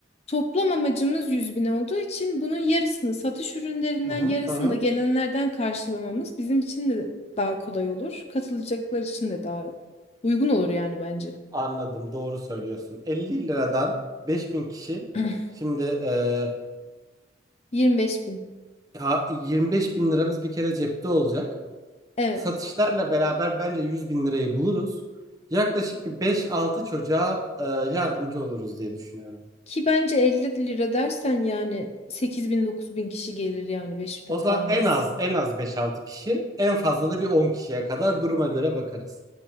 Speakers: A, on the left; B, on the right.
A: toplam amacımız 100 bin olduğu için bunun yarısını satış ürünlerinden
B: Hı hı.
A: yarısını
B: Hı hı.
A: da gelenlerden karşılamamız bizim için de daha kolay olur. Katılacaklar için de daha uygun olur yani bence.
B: Anladım doğru söylüyorsun. 50 liradan 5000 kişi.
A: <clears throat>
B: Şimdi eee
A: 25 bin.
B: ha- 25 bin liramız bir kere cepte olacak.
A: Evet.
B: Satışlarla beraber bence yüz bin lirayı buluruz. Yaklaşık bir beş-altı çocuğa e, yardımcı oluruz diye düşünüyorum.
A: Ki bence 50 lira dersen yani 8 bin 9 bin kişi gelir yani 5'te
B: O
A: kalmaz.
B: zaman en az en az beş-altı kişi, en fazla da bir 10 kişiye kadar duruma göre bakarız.